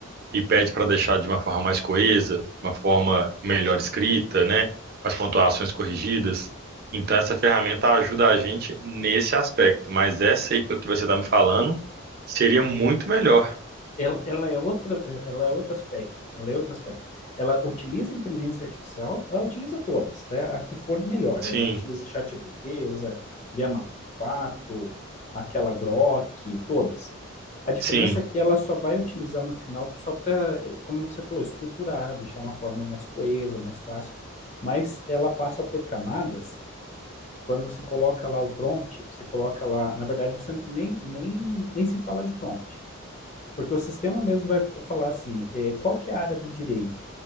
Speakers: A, on the right; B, on the left.
A: e pede para deixar de uma forma mais coesa, de uma forma melhor escrita, né? Com as pontuações corrigidas. Então, essa ferramenta ajuda a gente nesse aspecto, mas essa aí, pelo que você está me falando, seria muito melhor.
B: Ela, ela é outra, é, ela é outro aspecto, ela é outro aspecto. Ela utiliza a inteligência artificial, ela utiliza todas, tá? A que for melhor.
A: Sim,
B: Ela utiliza ChatGPT, usa Llama quatro aquela Grok, todas. A diferença
A: sim,
B: é que ela só vai utilizar no final só para, como você falou, estruturar, deixar uma forma mais coesa, mais fácil. Mas ela passa por camadas. Quando você coloca lá o prompt, você coloca lá, na verdade, você nem, nem, nem se fala de prompt. Porque o sistema mesmo vai falar assim, eh, qual que é a área do direito?